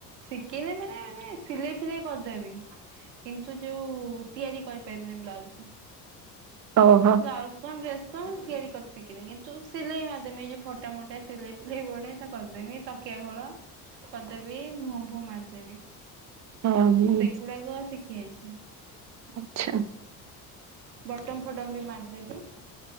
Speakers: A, on the right; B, on the right.
A: ଶିକିନି ମାନେ ମାନେ ସିଲେଇ ଫିଲେଇ କରିଦେବି। କିନ୍ତୁ ଯୋଉ ତିଆରି କରିପାରିବିନି ବ୍ଲାଉଜ୍।
B: ଓହୋ ହଁ
A: ବ୍ଲାଉଜ୍ କଣ ଡ୍ରେସ୍ ତ ମୁଁ ତିଆରି କରି ଶିଖିନି। କିନ୍ତୁ ସିଲେଇ ମାରଦେମି ଏ ଯୋଉ ଫଟା ମଟା ସିଲେଇ ଫିଲେଇ ବଢିଆ ସେ କରିଦେମି। ତକିଆ ଆ ଖୋଳ କରିଦେବି। ମୁହଁ ଫୁହ ମାରିଦେବି।
B: ଆଚ୍ଛା।
A: ସେଗୁଡାକ ଶିଖି ଖି ଯାଇଛି।
B: ଆଚ୍ଛା।
A: ବଟମ ଫଟମ ବି ମାରିଦେବି।